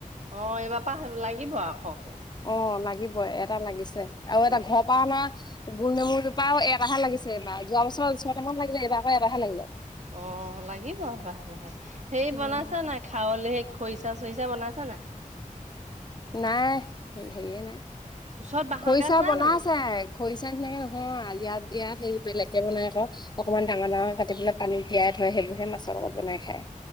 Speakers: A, on the right; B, on the left.
A: অ এইবাৰ প লাগিব আ খৰকে।
B: অ লাগিবই এটা লাগিছে আৰু
A: উম।
B: এটা ঘৰ পৰানা। গল নেমুৰটো পৰাাও এটাহে লাগিছে বা যোৱা বছৰ ছয়টামান লাগিলে এইবাৰকৌ এটাহে লাগিলে
A: অ লাগিব লাহে লাহে হেৰি
B: উম,
A: বনাইছা নাই খাৱলে সে খৰিচা চৰিচা বনাইছ নাই?
B: নাই সেয়ে নাই।
A: ওচৰত বাঁহৰ
B: খৰিচা
A: গাজ নাই
B: বনাই
A: জানো?
B: আছে খৰিচা সনোকে নহয় ইয়াত ইয়াত। সেই বেলেগকে বনাই আক অকমান ডাঙৰ ডাঙৰ কাটি পেলাই পানী তিয়াই থয় সেইবোৰ হে মাছৰ লগত বনাই খায়।